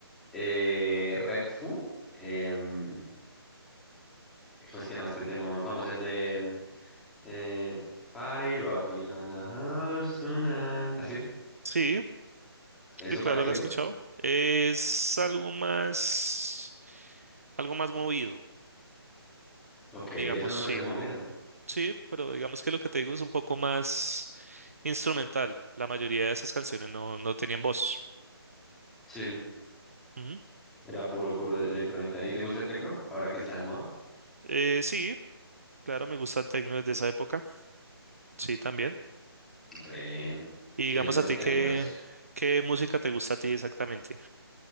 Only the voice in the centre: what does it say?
eh, Red Fu? Em, ¿cómo es que llama este tema? Uno famoso, el de Eh, Party rocking on the house tonight. ¿Así?
¿Eso
pareció?
Ok, esa
me
parece movida.
Sí,
era puro, puro de electrónica. ¿Y te gusta el tecno? Ahora que está de moda.
Re bien.
Tienes
unos
temitas.